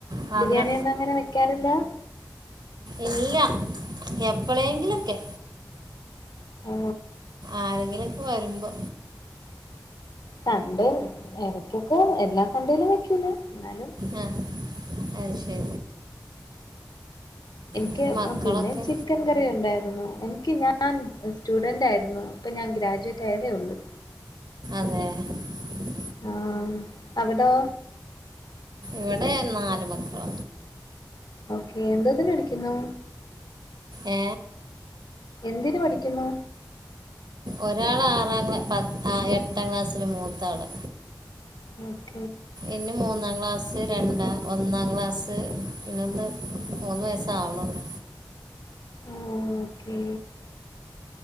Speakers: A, on the right; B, on the left.
A: സാധനം
B: ബിരിയാണിയൊന്നും അങ്ങനെ വെക്കാറില്ലാ
A: ഇല്ലാ എപ്പളേങ്കിലൊക്കെ
B: ഓ
A: ആരെങ്കിലൊക്കെ വരുമ്പോ
B: സൺഡെ എടക്കൊക്കെ എല്ലാ സണ്ടയിലും വെക്കൂല എന്നാലും
A: ആ അത് ശരി
B: എനിക്ക്
A: എൻ്റെ മക്കളൊക്കെ
B: പിന്നെ ചിക്കൻ കറി ഉണ്ടായിരുന്നു എനിക്ക് ഞാൻ സ്റ്റുഡന്റായിരുന്നു അപ്പൊ ഞാൻ ഗ്രാജുവേറ്റ് ആയതേ ഒള്ള്
A: ത <unintelligible>
B: ആ അവിടോ
A: ഇവിടെ നാല് മക്കള
B: ഓക്കെ എന്തതിന് പടിക്കുന്നു
A: എ
B: എന്തിന് പഠിക്കുന്നു
A: ഒരാള് ആറാം ക്ലാ പത്തഎട്ടാം ക്ലാസില് മൂത്ത ആള്
B: ഉം
A: ഇന്നു മൂന്നാം ക്ലാസ് രണ്ടാം ഒന്നാം ക്ലാസ്സ് പിന്നൊന്ന് മൂന്ന് വയസ്സ് ആവണുള്ളൂ
B: ആ ഓക്കെ